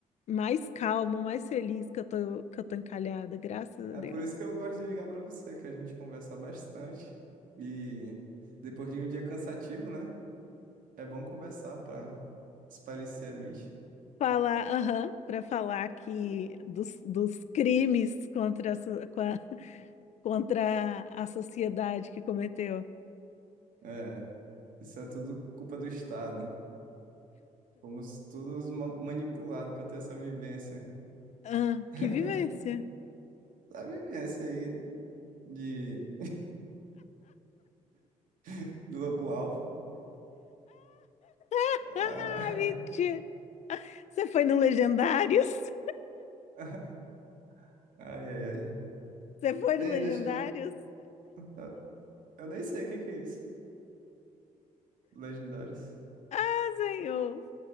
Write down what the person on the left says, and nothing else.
mais calma, mais feliz que eu tô, que eu tô encalhada, graças
a Deus.
Falar, aham, para falar que dos, dos crimes contra a, so- com a- <laughs> contra a sociedade que cometeu.
Ah,
que vivência!
<laughs>
Ah, mentira! Você foi no Legendários?
<laughs> Você foi no
Legendários?
Ah, senhor!